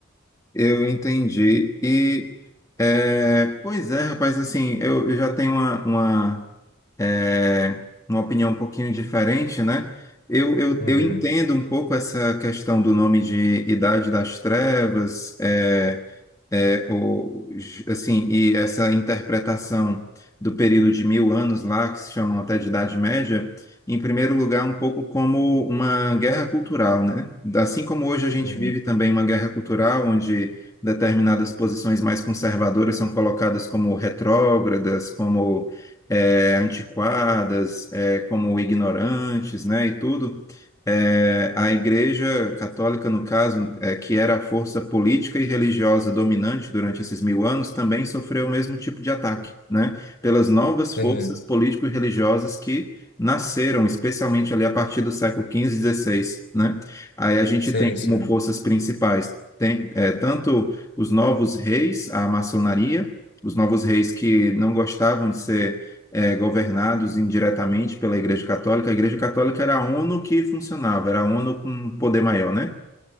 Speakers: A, on the left (about 15°); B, on the left (about 55°).
A: Eu entendi. E, eh, pois é, rapaz, assim, eu, eu já tenho uma, uma é, uma opinião um pouquinho diferente, né? Eu, eu,
B: Uhum,
A: eu entendo um pouco essa questão do nome de Idade das Trevas, é é, o, assim, e essa interpretação do período de mil anos lá, que se chamam até de Idade Média, em primeiro lugar, um pouco como uma guerra cultural, né? Assim como hoje a gente
B: uhum.
A: vive também uma guerra cultural, onde determinadas posições mais conservadoras são colocadas como retrógradas, como é, antiquadas, é, como ignorantes, né? E tudo. É, a Igreja Católica, no caso, que era a força política e religiosa dominante durante esses mil anos, também sofreu o mesmo tipo de ataque, né? Pelas novas
B: Sim,
A: forças político e religiosas que nasceram, especialmente ali a partir do século XV e XVI, né? Aí a gente
B: sim,
A: tem como
B: sim.
A: forças principais tem, é, tanto os novos reis, a maçonaria, os novos reis que não gostavam de ser eh, governados indiretamente pela Igreja Católica. A Igreja Católica era a ONU que funcionava, era a ONU com um poder maior, né?